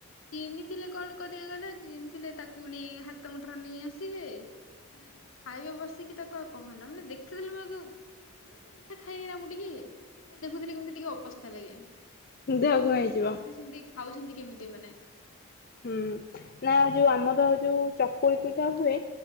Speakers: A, on the left; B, on the left.
A: ଚିନିଥିଲେ କଣ କରିବେ କହିଲେ ଚିନିଥିଲେ ତାକୁ ନେଇ ହାତ ମୁଠାର ନେଇ ଆସିବେ। ଏଁ ଖାଇବେ ବସିକି ତାକୁ ଆଉ କହନା ମାନେ ଦେଖିଦେଲେ ମତେ ଯୋଉ ମାନେ ମିଠା ଖାଏନି ନା ମୁଁ ଟିକେ <unintelligible> ଦେଖୁଥିଲି କେମିତି ଟିକେ ଅବସ୍ଥା ଲାଗେ।
B: ଦେହକଣ ହେଇଯିବ।
A: ବି ସେମିତି ଖାଉଛନ୍ତି କେମିତି ଏମାନେ।
B: ହୁଁ ନା ଯୋଉ ଆମର ଯୋଉ ଚକୁଳି ପିଠା ହୁଏ।